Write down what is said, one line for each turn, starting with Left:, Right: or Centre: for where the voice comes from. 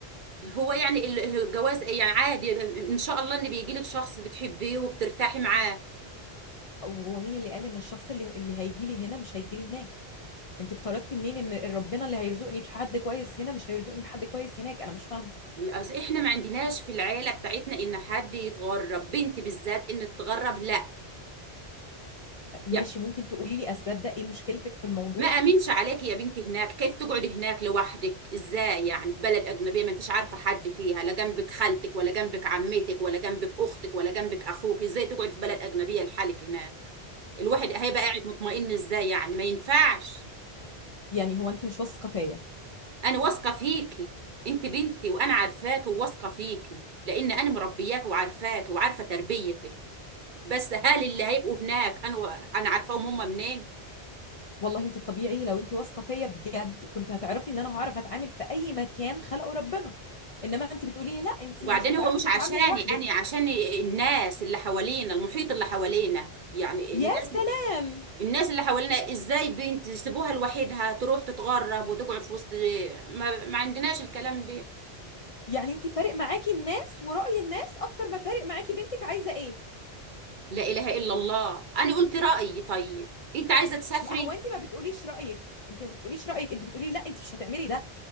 Right: هو يعني ال- الجواز يعني عادي ان شاء الله ان بيجي لك شخص بتحبيه وبترتاحي معاه
Left: وهو مين اللي قال ان الشخص اللي اللي هيجي لي هنا مش هيجي لي هناك انت افترضتي منين ان ربنا اللي هيرزقني بحد كويس هنا مش هيرزقني بحد كويس هناك انا مش فاهمه
Right: للأس- احنا ما عندناش في العيله بتاعتنا ان حد يتغرب بنت بالذات ان تتغرب لا
Left: ماشي
Right: يعني
Left: ممكن تقولي لي اسباب ده ايه مشكلتك في الموضوع
Right: ما امنش عليك يا بنتي هناك كيف تقعدي هناك لوحدك ازاي يعني في بلد اجنبيه ما انتش عارفه حد فيها لا جنبك خالتك ولا جنبك عمتك ولا جنبك اختك ولا جنبك اخوك ازاي تقعدي في بلد اجنبيه لحالك هناك الواحد هيبقى قاعد مطمئن ازاي يعني ما ينفعش
Left: يعني هو انت مش واثقه فيا
Right: انا واثقه فيكي انت بنتي وانا عارفاكي وواثقه فيكي لان انا مربياكي وعارفاكي وعارفه تربيتك بس هل اللي هيبقوا هناك انا و... انا عارفاهم هم منين
Left: والله انت الطبيعي لو انت واثقه فيا بجد كنت هتعرفي ان انا هعرف اتعامل في اي مكان خلقه ربنا انما انت بتقولي لي لا انت
Right: وبعدين
Left: مش هتعرفي
Right: هو مش عشاني
Left: تتعاملي لوحدك
Right: انا عشان الناس اللي حوالينا المحيط اللي حوالينا يعني
Left: يا
Right: الناس
Left: سلام
Right: الناس اللي حوالينا ازاي بنت يسيبوها لوحدها تروح تتغرب وتقعد في وسط ما, ما عندناش الكلام ده
Left: يعني انت فارق معاكي الناس ورأي الناس اكتر ما فارق معاكي بنتك عايزه ايه
Right: لا اله الا الله انا قلت رايي طيب انت عايزه تسافري
Left: لا هو انت ما بتقوليش رأيك انت ما بتقوليش رأيك انت بتقولي لا انت مش هتعملي ده